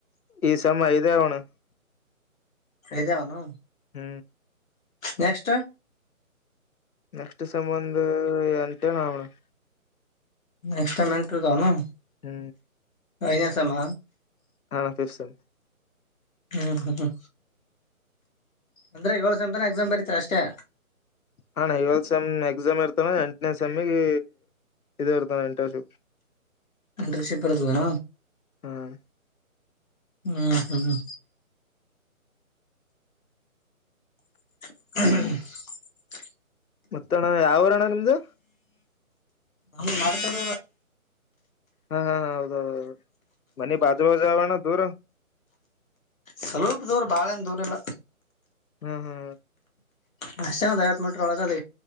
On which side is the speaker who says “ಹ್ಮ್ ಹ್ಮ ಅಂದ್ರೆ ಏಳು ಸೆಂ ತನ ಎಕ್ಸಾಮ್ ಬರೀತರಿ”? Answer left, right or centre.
Left